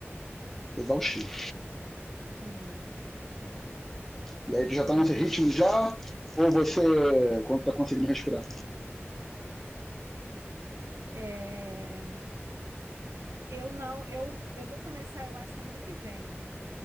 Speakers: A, in the centre; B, on the right.
A: exaustivo.
B: Sim,
A: E aí tu já tá
B: compreensível.
A: nesse ritmo já, ou você, quando tá conseguindo respirar?
B: É... Eu não, eu, eu vou começar, eu acho, semana que vem.